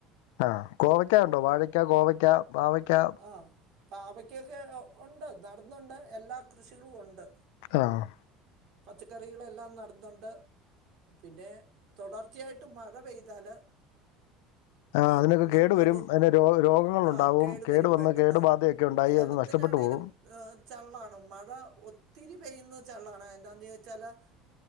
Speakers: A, on the left; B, on the right.
A: ആ കോവയ്ക്ക യുണ്ടോ വാഴയ്ക്ക ഗോവയ്ക്ക പാവയ്ക്ക
B: ആഹ് പാവയ്ക്ക്യാക്കെ ഉണ്ട് നടന്ന്ണ്ട് എല്ലാ കൃഷികളും ഉണ്ട്
A: ആഹ്
B: പച്ചക്കറികളെല്ലാം നടുന്നുണ്ട് പിന്നെ തുടർച്ചയായിട്ട് മഴ പെയ്താല് അ
A: ആ അതിനൊക്കെ
B: നമുക്കതും
A: കേട് വരും അതിന് രോ രോഗങ്ങളുണ്ടാവും
B: ആ കേടുവരും
A: കേട് വന്ന്
B: പെട്ടെന്ന്
A: കേടുബാധയൊക്കെ ഉണ്ടായി
B: ഏലത്തിനാണേലും
A: അത് നഷ്ടപ്പെട്ടു പോകും
B: ഏഹ് ചെള്ളാണ് മഴ ഒത്തിരി പെയ്യുന്ന ചെള്ളാണ് എന്താന്ന് വോച്ചാല്